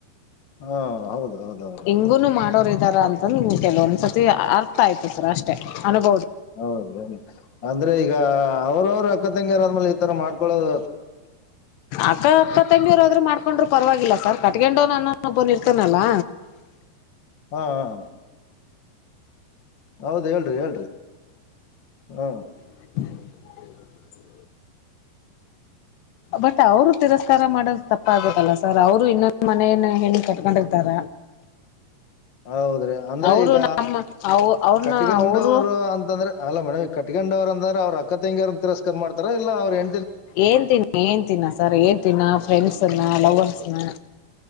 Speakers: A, on the left; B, on the left.
A: ಹಾಂ ಹೌದು ಹೌದು ಹೌದು
B: ಎಂಗುನು ಮಾಡೋರು ರ ಅಂತಂದ ಕೆಲವೊಂದ್ಸತಿ ಅರ್ಥ ಆಯ್ತು ಸರ ಅಷ್ಟೇ ಅನುಭವ
A: ಹೌದ ಅಂದ್ರೆ ಈಗ ಅವ್ರವರು ಅಕ್ಕ ತಂಗಿಯರ ಆದ್ಮೇಲೆ ಈತರ ಮಾಡ್ಕೊಳೋದು
B: ಅಕ್ಕ ಅಕ್ಕ ತಂಗಿಯವರಾದರು ಮಾಡ್ಕೊಂಡ್ರು ಪರವಾಗಿಲ್ಲ ಸರ್ ಕಟ್ಕೊಂಡವನ ಅನ್ನಬ್ಬನ್ ಇರ್ತಾನಲ್ಲಾ
A: ಹ್ಮ್ ಹೌದ ಹೇಳ್ರಿ ಹೇಳ್ರಿ ಹ್ಮ
B: ಹ <inaudible> ಬಟ್ ಅವ್ರು ತಿರಸ್ಕಾರ ಮಾಡದು ತಪ್ಪ ಆಗುತ್ತಲ್ಲಾ ಸರ್ ಅವರು ಇನ್ನೊಂದು್ ಮನೇನ ಹೆಣಗ್ ಕಟ್ಕೊಂಡಿರ್ತಾರ
A: <unintelligible> <inaudible> ಹೌದ್ರಿ ಅಂದ್ರೆ
B: ಅವರು
A: ಈಗ
B: ನಮ್ಮ ಅವ ಅವ್ರನ್ನ
A: ಕಟ್ಕಂಡವರು
B: ಅವರು
A: ಅಂತಂದ್ರೆ ಅಲ್ಲ ಮೇಡಮ್ ಈ ಕಟ್ಕಂಡ್ ಅವ್ರ ಅಂದ್ರ ಅವ್ರ ಅಕ್ಕ ತಂಗಾರನ್ನ ತಿರಸ್ಕ ಮಾಡತಾರ ಇಲ್ಲ ಅವ್್ರ ಹೆ್
B: ಏನ್ ತಿನ್ನ ಏನ್ ತಿನ್ನ ಸರ್ ಏನ್ ತಿನ್ನ ಫ್ರೆಂಡ್ಸ್ನ ಲವರ್ಸ್ನ